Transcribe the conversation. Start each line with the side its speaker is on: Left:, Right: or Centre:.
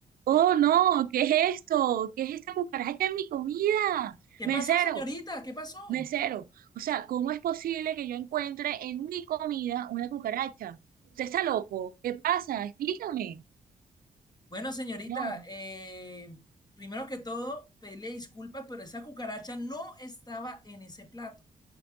Right: Oh, no, ¿qué es esto? ¿Qué es esta cucaracha en mi comida?
Left: ¿Qué
Right: Mesero,
Left: pasó, señorita? ¿Qué pasó?
Right: mesero. O sea, ¿cómo es posible que yo encuentre en mi comida una cucaracha? ¿Usted está loco? ¿Qué pasa? Explícame,
Left: Bueno, señorita,
Right: señor.
Left: eh, primero que todo, pedirle disculpas, pero esa cucaracha no estaba en ese plato.